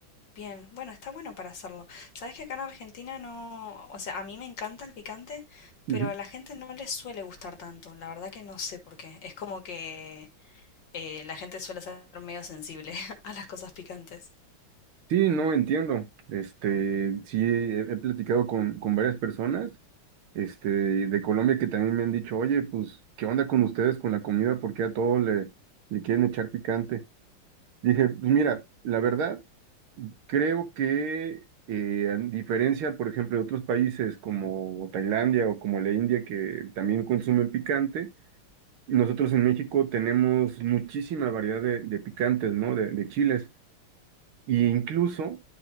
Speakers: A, on the left; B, on the right.
A: Bien. Bueno, está bueno para hacerlo. Sabes que acá en Argentina no, o sea, a mí me encanta el picante,
B: Ujú.
A: pero a la gente no le suele gustar tanto. La verdad que no sé por qué. Es como que eh, la gente suele ser medio sensible <laughs> a las cosas picantes.
B: Sí, no entiendo. Este, sí, he, he platicado con, con varias personas, este, de Colombia que también me han dicho, oye, pues, ¿qué onda con ustedes con la comida? Porque a todo le, le quieren echar picante. Dije, pues mira, la verdad, creo que eh, a diferencia, por ejemplo, de otros países como Tailandia o como la India, que también consumen picante, nosotros en México tenemos muchísima variedad de, de picantes, ¿no? De, de chiles. Y incluso,